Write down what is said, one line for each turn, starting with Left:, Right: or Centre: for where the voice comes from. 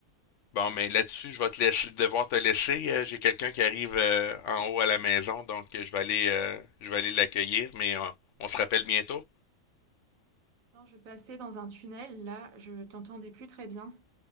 Left: Bon, mais là-dessus, je vais te laisser, devoir te laisser. Euh, J'ai quelqu'un qui arrive euh, en haut à la maison, donc euh, je vais aller, euh, je vais aller l'accueillir, mais euh, on se rappelle bientôt.
Right: Non, je passais dans un tunnel, là, je t'entendais plus très bien.